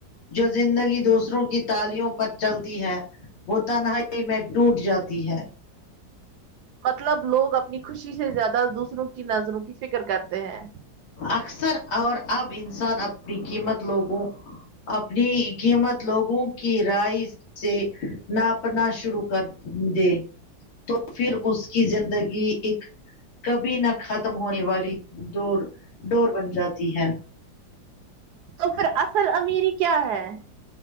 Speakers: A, on the left; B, on the right.
A: جو زندگی دوسروں کی تالیوں پر چلتی ہے وہ تنہائی میں ٹوٹ جاتی ہے
B: مطلب لوگ اپنی خوشی سے زیادہ دوسروں کی نظروں کی فکر کرتے ہیں
A: اکثر اور اب انسان اپنی قیمت لوگوں اپنی قیمت لوگوں کی رائس جی ناپنا شروع کر د تو پھر اس کی زندگی ایک کبھی نہ ختم ہونے والی ڈور ڈور بن جاتی ہے
B: تو پھر اصل امیری کیا ہے